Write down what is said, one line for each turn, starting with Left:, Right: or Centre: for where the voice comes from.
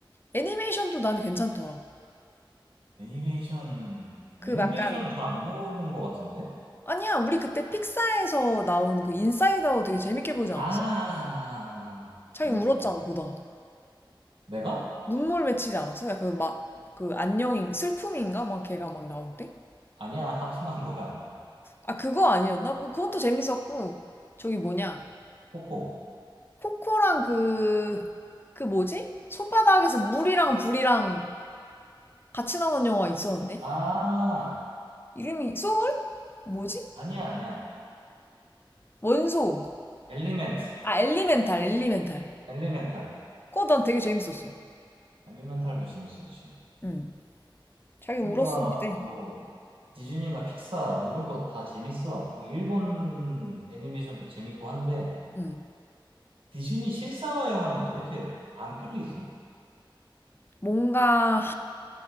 Left: 애니메이션도 난 괜찮더라.
Right: 애니메이션,
Left: 그
Right: 애니메이션은
Left: 약간,
Right: 잘 안 보는 것 같은데?
Left: 아니야, 우리 그때 픽사에서 나온 그 인사이드 아웃 되게 재밌게 보지
Right: 아,
Left: 않았어?
Right: 아, 아.
Left: 자기
Right: 맞아,
Left: 울었잖아,
Right: 맞아.
Left: 보다가.
Right: 내가?
Left: 눈물 맺히지 않았어? 약간 막, 그 안녕인, 슬픔인가? 막 걔가 막 나올 때?
Right: 아니야, 하품한 거야.
Left: 아, 그거 아니었나? 뭐 그것도 재밌었고, 저기 뭐냐.
Right: 코코.
Left: 코코랑 그, 그 뭐지? 손바닥에서 물이랑 불이랑 같이 나온 영화 있었는데?
Right: 아,
Left: 이름이, 소울? 뭐지?
Right: 아니야, 아니야.
Left: 원소.
Right: 엘리멘트,
Left: 아, 엘리멘탈, 엘리멘탈.
Right: 엘리멘탈.
Left: 그거 난 되게 재밌었어.
Right: 엘리멘탈도 재밌었지.
Left: 응. 자기
Right: 그러니까
Left: 울었어, 그때.
Right: 뭐 디즈니나 픽사 이런 거 다 재밌어. 그 일본 애니메이션도 재밌고 한데
Left: 응.
Right: 디즈니 실사화 영화는 왜 이렇게 안 끌리지?
Left: 뭔가